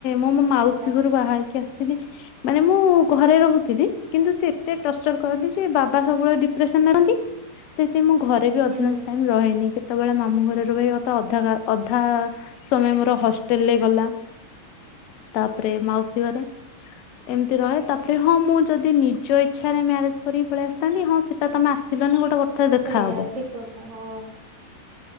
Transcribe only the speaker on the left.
ମଁ ମୋ ମାଉସୀ
ଘରୁ ବାହାହେଇକି ଆସିଥିଲି। ମାନେ ମୁଁ ଘରେ ରହୁଥିଲି, କିନ୍ତୁ ସେ ଏତେ ଟର୍ଚର କରନ୍ତି ସେ ବାବା ସବୁବେଳେ ଡିପ୍ରେସନ୍ ରେ ରହନ୍ତି। ସେତେବି ମୁଁ ଘରେ ବି ଅଧିକଂଶ
ଟାଇମ ରହେନି କେତେବେଳେ ମାମୁଁ ଘରେ ରୁହେ ତ ଅଧା ଅଧା ସମୟ ମୋର ହଷ୍ଟେଲେ ଗଲା। ତାପରେ ମାଉସୀ ଘରେ। ଏମିତି ରହେ ତାପରେ ହଁ ମୁଁ ଯଦି ନିଜ ଇଚ୍ଛାରେ ମ୍ୟାରେଜ କରିକି ପଳେଇ ଆସିଥାନ୍ତି ହଁ ସେଟା ତମେ ଆସିଲନି ଗୋଟେ ଦେଖାହବ।